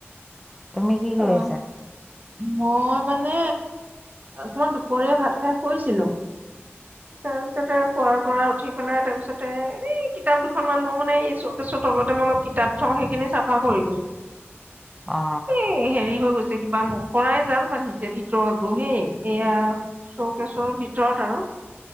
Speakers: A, in the centre; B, on the right.
A: তুমি কি কৰিছা
B: অ', মই মানে অকমান দুপৰীয়া ভাত খাই শুইছিলো। তাৰপিছতে শোৱাৰ পৰা উঠি পেলাই তাৰপিছতে এনেই কিতাপ দুখনমান মোৰ মানে এই শ্ব'কেচৰ তলতে মই অলপ কিতাপ থওঁ সেইখিনি চাফা কৰিলো।
A: অ
B: এ হেৰি হৈ গৈছ। কিবা মকৰাই জাল বান্ধিছে ভিতৰতো হেই, এয়া শ্ব'কেছৰ ভিতৰত আৰু।